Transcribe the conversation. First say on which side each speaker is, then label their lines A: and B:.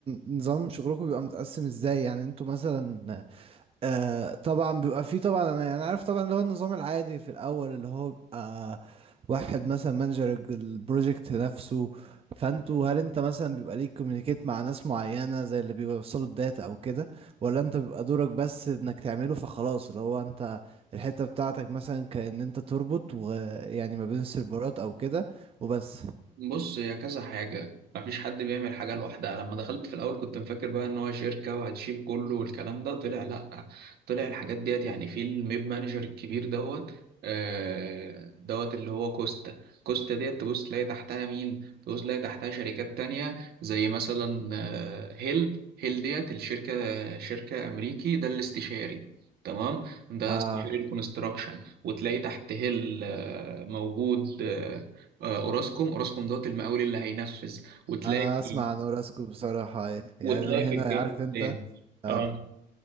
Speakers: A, on the right (about 35°); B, on the right (about 70°).
A: نظام شغلكم بيبقى متقسم ازاي يعني انتوا مثلا آه طبعا بيبقى فيه طبعا انا يعني عارف طبعا اللي هو النظام العادي في الاول اللي هو بيبقى واحد مثلا مانجر البروجكت نفسه فانتوا هل انت مثلا بيبقى ليك كوميونيكيت مع ناس معينة زي اللي بيوصلوا الداتا او كده ولا انت بيبقى دورك بس انك تعمله فخلاص اللي هو انت الحتة بتاعتك مثلا كأن انت تربط ويعني ما بين السيرفرات او كده وبس
B: بص هي كذا حاجة مفيش حد بيعمل حاجة لوحدها لما دخلت في الأول كنت مفكر بقى إن هو شركة وهتشيل كله والكلام ده طلع لأ طلع الحاجات ديت يعني في الميب مانجر الكبير دوت آه، دوت اللي هو كوستا كوستا ديت تبص تلاقي تحتها مين تبص تلاقي تحتها شركات تانية زي مثلا آه، هيل هيل ديت الشركة شركة أمريكي ده الاستشاري تمام ده
A: آه
B: استشاري الكونستراكشن وتلاقي تحت هيل آه، موجود آه، آه، اوراسكوم اوراسكوم دوت المقاول اللي هينفذ وتلاقي
A: انا اسمع عن اوراسكو بصراحة يعني
B: وتلاقي
A: انا
B: في
A: هنا
B: الجنب
A: عارف
B: التاني
A: انت آه.
B: اه